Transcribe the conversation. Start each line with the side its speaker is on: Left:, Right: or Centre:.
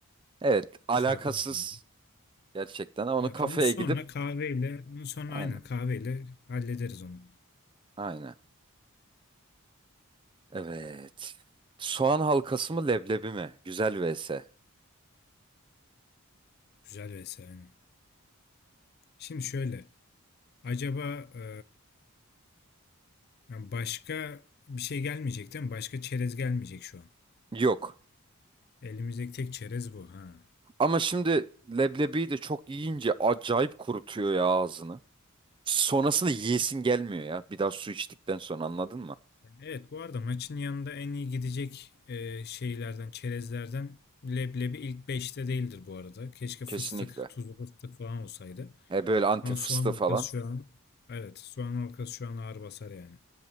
Right: Evet alakasız
Left: şey yapamadım. ya.
Right: gerçekten ama onu
Left: Evet
Right: kafeye
Left: onu sonra
Right: gidip
Left: kahveyle onu sonra
Right: aynen
Left: aynen kahveyle hallederiz onu.
Right: aynen. Evet. Soğan halkası mı leblebi mi? Güzel vs.
Left: Güzel vesaire. aynen. Şimdi şöyle acaba e, yani başka bir şey gelmeyecek değil mi? Başka çerez gelmeyecek şu an.
Right: Yok.
Left: Elimizdeki tek çerez bu ha.
Right: Ama şimdi leblebiyi de çok yiyince acayip kurutuyor ya ağzını. Sonrasında yiyesin gelmiyor ya. Bir daha su içtikten sonra anladın mı?
Left: Evet bu arada maçın yanında en iyi gidecek e, şeylerden, çerezlerden leblebi ilk beşte değildir bu arada. Keşke
Right: Kesinlikle.
Left: fıstık, tuzlu fıstık falan olsaydı.
Right: E böyle anti
Left: Ama
Right: fıstığı
Left: soğan halkası
Right: falan.
Left: şu an evet soğan halkası şu an ağır basar yani.